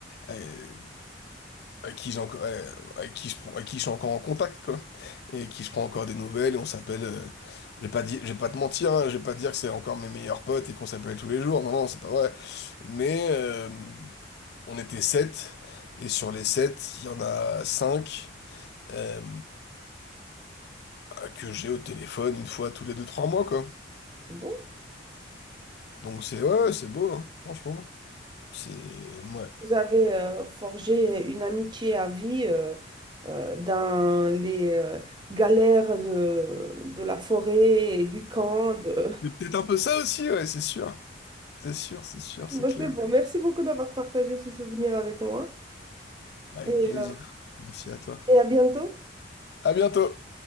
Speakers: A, on the left; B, on the right.
A: euh, avec qui j'ai encore, ouais, avec qui je prends- avec qui je suis encore en contact, quoi. Et qui je prends encore des nouvelles et on s'appelle, euh, je vais pas dire, je vais pas te mentir, hein, je vais pas dire que c'est encore mes meilleurs potes et qu'on s'appelle tous les jours. Non, non, c'est pas vrai. Mais, euh, on était sept et sur les sept, il y en a cinq, euh, bah, que j'ai au téléphone une fois tous les deux, trois mois, quoi.
B: C'est bon.
A: Donc c'est, ouais, ouais, c'est beau, hein, franchement. C'est, ouais.
B: Vous avez euh, forgé une amitié à vie euh, euh, dans les euh, galères de, de la forêt et du camp. de-
A: C'est peut-être un peu ça aussi, ouais, c'est sûr. C'est sûr, c'est
B: <laughs>
A: sûr, c'est
B: Bon,
A: clair.
B: c'est bon. Merci beaucoup d'avoir partagé ce souvenir avec moi
A: Avec
B: et,
A: plaisir.
B: euh,
A: Merci à toi.
B: et à bientôt.
A: À bientôt!